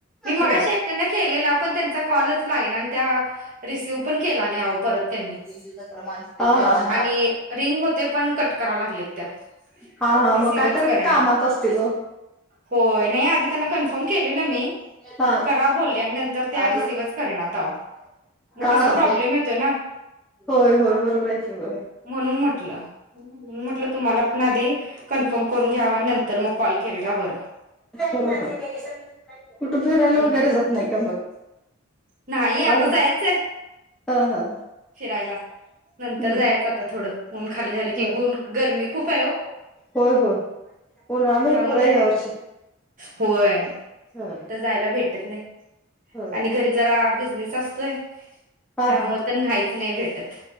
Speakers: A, on the right; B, in the centre.
A: मी मगाशी
B: होय.
A: एकट्यांना केलेला. पण त्यांचा कॉलच लागेल आणि त्या- रिसिव्ह पण केला नाही आहो परत त्यांनी.
B: पज प्रमाण <inaudible>
A: आणि रिंग होते पण कट कराव लागलेत त्या.
B: हा हा
A: रिसिव्हच
B: मग काय तर
A: करेनात
B: कामात असतील.
A: होय. नाही आधी त्यांना कन्फर्म केलेलं मी.
B: हा.
A: करा बोल्या आणि नंतर त्या
B: हा
A: रिसीव्हच करेण्यात अहो मग कस
B: हा.
A: प्रॉब्लेम येतोय ना.
B: होय होय बरोबर हाय की वय
A: म्हणून म्हटलं, म्हणून म्हटलं तुम्हाला पण आधी- कन्फर्म करून घ्यावा आणि नंतर मग कॉल केलेला बरं-
B: कुठे फिरायला
A: ठीक
B: वगैरे
A: आहे
B: जात नाही का मग.
A: नाही आता
B: हा
A: जायचंय
B: हा हा
A: फिरायला. नंतर
B: हम्म
A: जायचं आता थोडं ऊन खाली झाली की
B: ह
A: ऊन गर्मी खूप आहे हो.
B: होय होय उन्हाळा भरपूर
A: त्यामुळे
B: आहे
A: काय
B: या वर्षी-
A: होय
B: होय
A: कुठ जायला भेटत नाही
B: होय
A: आणि घरी- जरा बिझनेस असतोय.
B: हा
A: त्यामुळे
B: हा
A: तर नाहीच नाही भेटत.